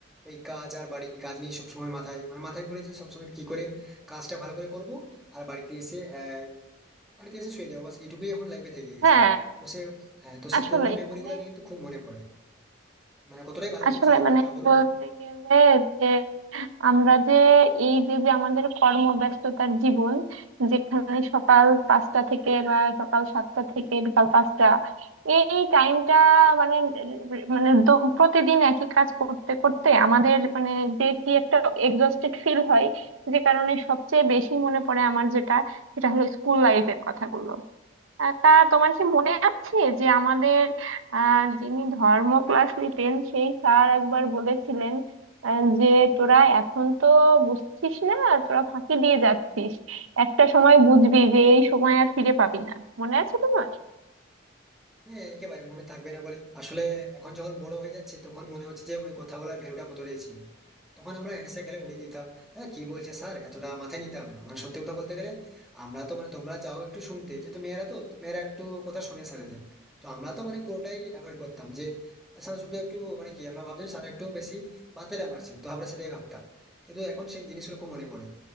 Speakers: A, in the centre; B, on the right (about 80°).
A: ওই কাজ আর বাড়ি কাজ নিয়ে সবসময় মাথায় মানে মাথায় ঘুরেছে সবসময় কি করে কাজটা ভালো করে করব আর বাড়িতে এসে আহ বাড়িতে এসে শুয়ে যাও বাস এইটুকুই এখন লাইফে থেকে গেছে
B: হ্যাঁ
A: তো সে হ্যাঁ, তো সে
B: আসলেই
A: পুরোনো মেমোরি
B: মানে
A: গুলাকে কিন্তু খুব মনে পড়ে মানে কতটাই ভালো
B: আসলে
A: ছিল সেই জীবনগুলো
B: মানে
A: বলো
B: বলতে গেলে যে আমরা যে এই যে যে আমাদের কর্মব্যস্ততার জীবন যেখানে সকাল পাঁচটা থেকে বা সকাল সাতটা থেকে বিকাল পাঁচটা এই টাইমটা মানে মানে দ- প্রতিদিন একই কাজ করতে করতে আমাদের মানে যে কি একটা এক্সস্টেড ফিল হয় যে কারণে সবচেয়ে বেশি মনে পড়ে আমার যেটা সেটা হলো স্কুল লাইফের কথাগুলো আহ, তা তোমার কি মনে আছে যে আমাদের আহ যিনি ধর্ম ক্লাস নিতেন সেই স্যার একবার বলেছিলেন আহ, যে তোরা এখন তো বুঝছিস না তোরা ফাঁকি দিয়ে যাচ্ছিস একটা সময় বুঝবি যে এই সময় আর ফিরে পাবি না মনে আছে তোমার
A: হ্যাঁ একেবারে মনে থাকবে না বলে আসলে এখন যখন বড় হয়ে যাচ্ছে তখন মনে হচ্ছে যে ওই কথাগুলোর ভ্যালুটা কতটাই ছিল তখন আমরা হেসে খেলে উড়িয়ে দিতাম হ্যাঁ কি বলছে স্যার এতটা মাথায় নিতাম না মানে সত্যি কথা বলতে গেলে আমরা তো মানে তোমরা যাও একটু শুনতে যেহেতু মেয়েরা তো তো মেয়েরা একটু কথা শুনে স্যারেদের তো আমরা তো মানে পুরোটাই অ্যাভয়েড করতাম যে স্যার শুধু একটু মানে কি আমরা ভাবতাম স্যার একটু বেশি বাতেলা মারছেন তো আমরা সেটাই ভাবতাম কিন্তু এখন সেই জিনিসগুলো খুব মনে পড়ে